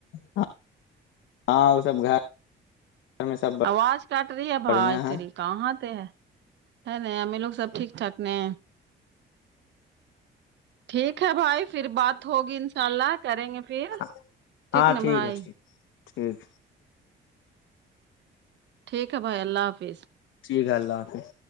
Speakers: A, on the left; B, on the right.
A: ہ ہاں وہ سب گھر میں سب
B: آواز کاٹ رہی ہے
A: بڑھیا
B: بھائی
A: ہے
B: تری کہاں ہے ہے ن ہمیں لوگ سب ٹھیک ٹھاک اپنے ٹھیک ہے بھائی پھر بات ہوگی ان شاء اللہ کریں گے پھر
A: ہاں ہاں
B: نا
A: ٹھیک
B: بھائی
A: ہے ٹھیک ٹھیک
B: ٹھیک ہے بھائی اللہ حافظ
A: ٹھیک ہے اللہ حافظ